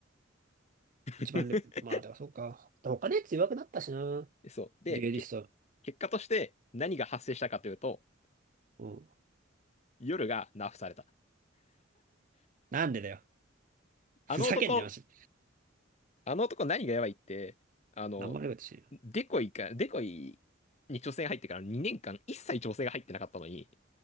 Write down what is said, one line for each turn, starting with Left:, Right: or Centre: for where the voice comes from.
Left: <laughs>
Right: 一番レベル。まあ、だからそうか。他のやつ弱くなったしな。
Left: でそう。で、
Right: デュエリスト。
Left: け、結果として何が発生したかというと、
Right: うん。
Left: 夜がナーフされた。
Right: なんでだよ。ふざけんなよ、
Left: あの男、
Right: マジ。
Left: あの男何がやばいって、あの、
Right: なんも悪いことしてるよ。
Left: デコイか、デコイに挑戦入ってから2年間一切調整が入ってなかったのに、